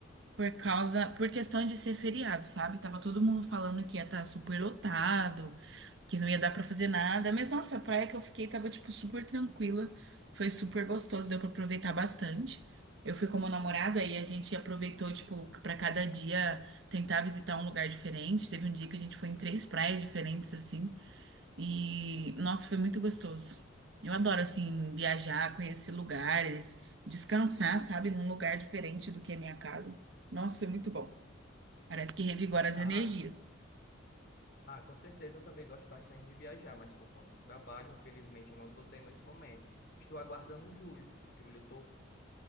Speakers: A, on the right; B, on the left.
A: por causa, por questão de ser feriado, sabe? Tava todo mundo falando que ia estar super lotado, que não ia dar pra fazer nada. Mas nossa, a praia que eu fiquei tava tipo super tranquila. Foi super gostoso, deu pra aproveitar bastante. Eu fui com meu namorado aí a gente aproveitou tipo pra cada dia tentar visitar um lugar diferente. Teve um dia que a gente foi em três praias diferentes assim. E, nossa, foi muito gostoso. Eu adoro, assim, viajar, conhecer lugares, descansar, sabe, num lugar diferente do que a minha casa. Nossa, é muito bom. Parece que revigora as
B: Ah,
A: energias.
B: ah, com certeza eu também gosto bastante de viajar, mas por conta do trabalho, infelizmente eu não estou tendo esse momento. Estou aguardando julho. Julho eu estou